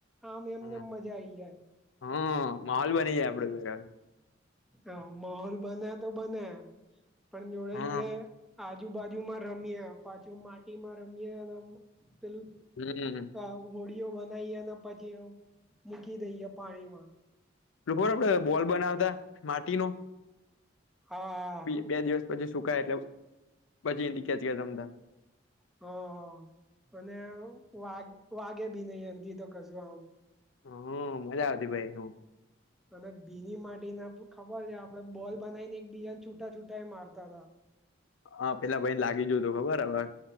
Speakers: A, in the centre; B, on the left (about 85°).
A: આમ એમને
B: હમ
A: એમ મજા આઈ જાય
B: હા માહોલ બની જાય આપડે તો
A: હ માહોલ બને તો બને પણ જોડે
B: હમ
A: જોડે આજુ બાાજુ માં રમીએ પાછુ ટીમાં રમ્યામ તેલુ
B: હમ
A: ક હોળીઓ બનાવીએ અને પછી મૂકી દઈએ પાણીમાં
B: ખોર આપડે બોલ બનાવતા માટી ન
A: હા હા
B: બે દિવસ પછી સુકાય એટલે પછી ક્યાંચ તમતા
A: હ હા અને વાગ વાગે બી નહ એમથી તો કશું આમ
B: હ મજા આવતી ભાઈ હું
A: અને બીની માટીને ખબર છે આપડે બોલ બનાવીને એક બીજાને છૂટા છૂટા એ મારતા હતા
B: હા પેલા ભાઈને લાગી જોય હતું ખબર હ